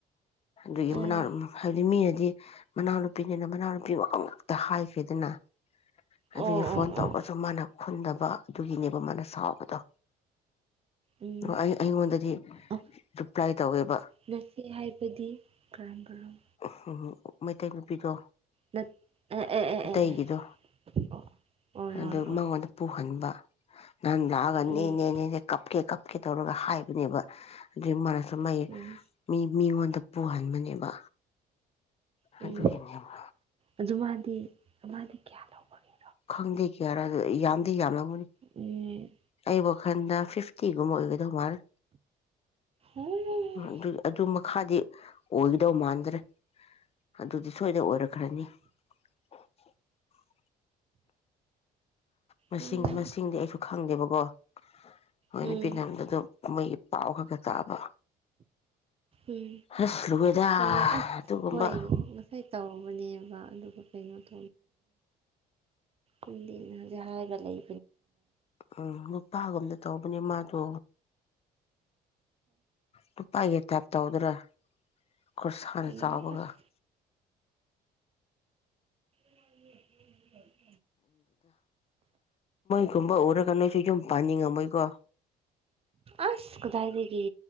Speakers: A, on the left (about 35°); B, on the right (about 35°).
A: ꯑꯗꯨꯒꯤ
B: ꯎꯝ
A: ꯃꯅꯥ ꯍꯥꯏꯕꯗꯤ ꯃꯤ ꯃꯅꯥꯎ ꯅꯨꯄꯤꯅꯤꯅ ꯃꯅꯥꯎ <unintelligible> ꯉꯥꯛꯇ ꯍꯥꯏꯈꯤꯗꯅ ꯑꯗꯨꯒꯤ
B: ꯑꯣ
A: ꯐꯣꯟ
B: ꯑꯣ ꯑꯣ
A: ꯇꯧꯕꯁꯨ ꯃꯥꯅ ꯈꯨꯟꯗꯕ ꯑꯗꯨꯒꯤꯅꯦꯕ ꯃꯥꯅ ꯁꯥꯎꯕꯗꯣ
B: ꯎꯝ
A: ꯑꯩ ꯑꯩꯉꯣꯟꯗꯗꯤ
B: ꯑ
A: ꯔꯤꯄ꯭ꯂꯥꯏ ꯇꯧꯋꯦꯕ
B: ꯅꯠꯇꯦ ꯍꯥꯏꯕꯗꯤ ꯀꯔꯝ ꯀꯔꯝꯕ
A: ꯍꯨꯝ ꯃꯩꯇꯩ ꯅꯨꯄꯤꯗꯣ
B: ꯅꯠ ꯑꯦ ꯑꯦ ꯑꯦ
A: ꯏꯇꯩꯒꯤꯗꯣ
B: ꯑꯦ ꯑꯦ ꯑꯣ ꯑꯣ ꯌꯥꯔꯦ
A: ꯑꯗꯨ
B: ꯑꯣ
A: ꯃꯉꯣꯟꯗ ꯄꯨꯍꯟꯕ ꯅꯪ ꯂꯥꯛꯑꯒ ꯅꯦꯅꯦꯅꯦꯅꯦ
B: ꯎꯝ
A: ꯀꯞꯀꯦ ꯀꯞ ꯀꯩ ꯇꯧꯔꯒꯦ ꯍꯥꯏꯕꯅꯦꯕ ꯑꯗꯨꯒꯤ ꯃꯥꯅ ꯁꯨꯝ ꯃꯥꯒꯤ
B: ꯎꯝ
A: ꯃꯤ ꯃꯤꯉꯣꯟꯗ ꯄꯨꯍꯟꯕꯅꯦꯕ
B: ꯎꯝ
A: <inaudible> <inaudible> ꯑꯗꯨꯒꯤꯅꯦꯕ
B: ꯑꯗꯨ ꯃꯥꯗꯤ ꯃꯥꯗꯤ ꯀꯌꯥ ꯂꯧꯕꯒꯦ
A: ꯈꯪꯗꯦ ꯀꯌꯥꯔꯥꯗꯤ ꯌꯥꯝꯗꯤ ꯌꯥꯝꯂꯝꯒꯅꯤ
B: ꯎꯝ
A: ꯑꯩ ꯋꯥꯈꯟꯗ ꯐꯤꯐꯇꯤꯒꯨꯝꯕ ꯑꯣꯏꯒꯗꯧ ꯃꯥꯜꯂꯦ
B: ꯎꯝ
A: ꯑꯗꯨ ꯑꯗꯨ ꯃꯈꯥꯗꯤ ꯑꯣꯏꯒꯗꯧ ꯃꯥꯟꯗ꯭ꯔꯦ ꯑꯗꯨꯗꯤ ꯁꯣꯏꯗ ꯑꯣꯏꯔꯛꯈ꯭ꯔꯅꯤ <inaudible> <inaudible> ꯃꯁꯤꯡ
B: ꯎꯝ
A: ꯃꯁꯤꯡꯗꯤ ꯑꯩꯁꯨ ꯈꯪꯗꯦꯕꯀꯣ ꯍꯣꯏ
B: ꯎꯝ
A: ꯅꯨꯄꯤ ꯅꯪꯕꯗꯨ ꯀꯨꯝꯃꯩꯒꯤ ꯄꯥꯎ ꯈꯛꯇ ꯇꯥꯕ
B: ꯎꯝ
A: ꯑꯁ ꯂꯨꯔꯦꯗ
B: ꯍꯣꯏꯅꯦ ꯑꯁ
A: ꯑꯗꯨꯒꯨꯝꯕ
B: ꯍꯣꯏ ꯉꯁꯥꯏ ꯇꯧꯕꯅꯦꯕ ꯑꯗꯨꯒ ꯀꯩꯅꯣ <unintelligible> <unintelligible> ꯀꯨꯝꯗꯤ ꯅꯍꯥꯟꯖꯨ ꯍꯥꯏꯕ ꯂꯩ
A: ꯎꯝ ꯅꯨꯄꯥꯒꯨꯝꯅ ꯇꯧꯕꯅꯦ ꯃꯥꯗꯣ ꯅꯨꯄꯥꯥꯒꯤ ꯇꯥꯏꯞ ꯇꯧꯗ꯭ꯔꯥ ꯈꯣꯔꯁꯥꯅ
B: ꯎꯝ
A: ꯆꯥꯎꯕꯒ
B: ꯑꯁ
A: <inaudible> <inaudible>
B: <inaudible> <inaudible>
A: ꯀꯨꯝꯕ ꯎꯔꯒ ꯅꯣꯏꯁꯨ ꯌꯨꯝ ꯄꯥꯟꯅꯤꯡꯉꯝꯃꯣꯏꯀꯣ
B: ꯑꯁ ꯀꯗꯥꯥꯏꯗꯒꯤ